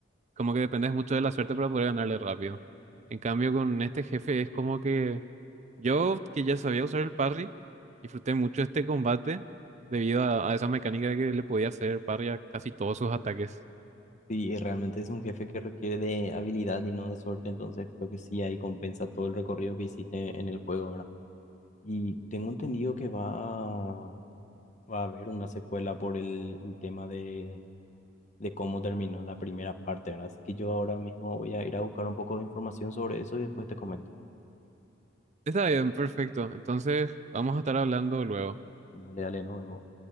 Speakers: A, on the right; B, on the left.
A: como que dependes mucho de la suerte para poder ganarle rápido. En cambio con este jefe es como que yo que ya sabía usar el parry, disfruté mucho este combate debido a, a esa mecánica de que le podía hacer parry a casi todos sus ataques.
B: Sí, y realmente es un jefe que requiere de habilidad y no de suerte, entonces creo que sí ahí compensa todo el recorrido que hiciste en el juego, ¿verdad? Y tengo entendido que va a, va a haber una secuela por el, el tema de de cómo terminó la primera parte, ¿verdad? Así que yo ahora mismo voy a ir a buscar un poco de información sobre eso y después te comento.
A: Está bien, perfecto. Entonces vamos a estar hablando luego.
B: Dale, dale, nos vemos.